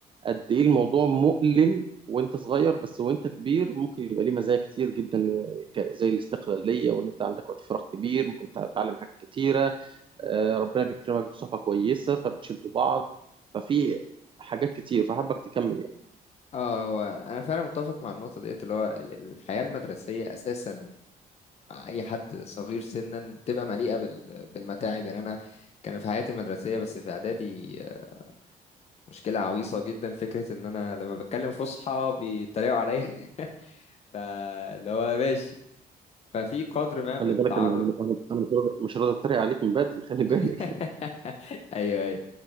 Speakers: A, on the right; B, on the left.
A: قد ايه الموضوع مؤلم وانت صغير بس وانت كبير ممكن يبقى ليه مزايا كتير جدا آه، ك- زي الاستقلاليه وان انت عندك وقت فراغ كبير ممكن تتعلم حاجات كتيره آه، ربنا بيكرمك بصحبه كويسه فبتشدوا بعض ففي حاجات كتير فحابك تكمل يعني
B: اه هو انا فعلا متفق مع النقطه ديت اللي هو ال- الحياه المدرسيه اساسا مع اي حد صغير سنا بتبقى مليئه بال- بالمتاعب يعني انا كان في حياتي المدرسيه بس في اعدادي آه، مشكله عويصه جدا فكره ان انا لما بتكلم فصحى بيتريقوا عليا <laughs> فاللي هو ماشي ففي قدر ما من
A: خلي بالك
B: تعرض
A: انا انا أنا- أنا مش راضي مش راضي اتريق عليك من بدري خلي
B: <laughs>
A: بالك
B: ايوه ايوه